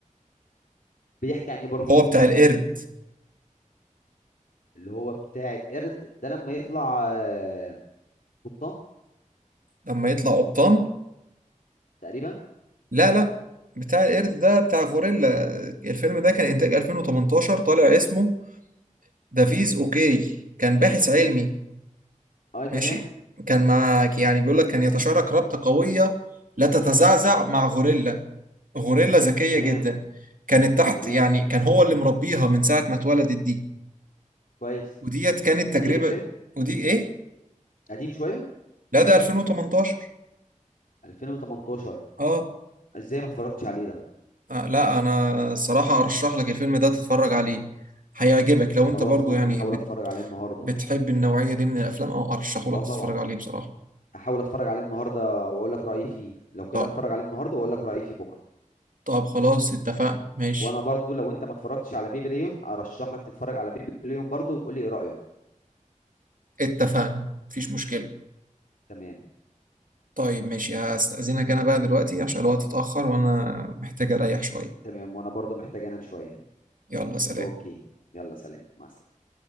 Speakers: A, on the left; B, on the right.
A: بيحكي عن ايه برضه
B: هو بتاع القرد
A: اللي هو بتاع القرد ده لما يطلع آه، قبطان
B: لما يطلع قبطان
A: تقريبا
B: لا لا بتاع القرد ده بتاع غوريلا الفيلم ده كان إنتاج 2018 طالع اسمه دافيز أوكي كان باحث علمي
A: اه تمام
B: ماشي كان معاك يعني بيقول لك كان يتشارك رابطة قوية لا تتزعزع
A: مم.
B: مع غوريلا غوريلا ذكية
A: تمام
B: جدا كانت تحت
A: تمام
B: يعني كان هو اللي مربيها من ساعة ما اتولدت دي
A: كويس
B: وديت كانت تجربة
A: قديم الفيلم
B: ودي إيه؟
A: قديم شوية
B: لا ده 2018
A: 2018
B: آه
A: ازاي ما اتفرجتش عليه ده
B: آه، لا أنا الصراحة أرشح لك الفيلم ده تتفرج عليه هيعجبك لو
A: خلاص
B: أنت برضو
A: ممكن
B: يعني
A: احاول اتفرج عليه النهاردة
B: بتحب النوعية دي من الأفلام أو أرشحهولك
A: اه طبعا
B: تتفرج عليه بصراحة
A: احاول اتفرج عليه النهارده واقول لك رايي فيه لو كده
B: طيب
A: اتفرج عليه النهارده واقول لك رايي فيه بكره
B: طب خلاص اتفقنا ماشي
A: وانا برضو لو انت ما اتفرجتش على بيبي ليون ارشح لك تتفرج على بيبي ليون برضو وتقول لي ايه رايك
B: اتفقنا مفيش مشكلة
A: تمام
B: طيب ماشي هستأذنك أنا بقى دلوقتي عشان الوقت اتأخر وأنا محتاج أريح شوية
A: تمام وانا برضو محتاج انام شوية
B: يلا سلام
A: اوكي يلا سلام مع السلامة